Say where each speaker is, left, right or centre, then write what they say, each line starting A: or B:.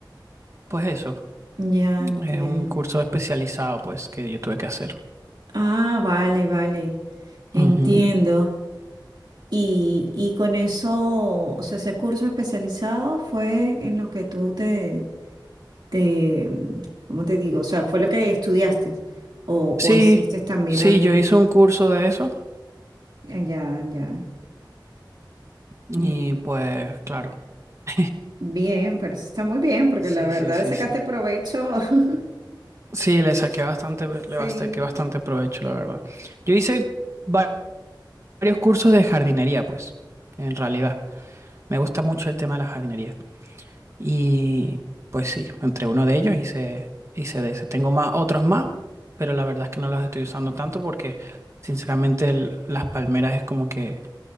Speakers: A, on the right; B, on the right.
A: pues eso,
B: ya entiendo.
A: es un curso especializado, pues, que yo tuve que hacer.
B: Ah, vale, vale, entiendo.
A: Ujú.
B: Y, y con eso, o sea, ese curso especializado fue en lo que tú te... te, ¿cómo te digo? O sea, ¿fue lo que estudiaste? ¿O,
A: Sí,
B: o hiciste también
A: sí,
B: algún...
A: yo hice un curso de eso
B: eh, Ya, ya.
A: y
B: Mu-
A: pues, claro. <laughs>
B: Bien, pero eso está muy bien, porque
A: Sí,
B: la verdad
A: sí, sí,
B: le sacaste
A: sí.
B: provecho. <laughs>
A: Sí, le saqué bastante, le
B: Sí.
A: saqué bastante provecho, la verdad. Yo hice va- varios cursos de jardinería, pues, en realidad. Me gusta mucho el tema de la jardinería. Y pues sí, entre uno de ellos hice, hice de ese. Tengo más, otros más, pero la verdad es que no los estoy usando tanto porque, sinceramente, el- las palmeras es como que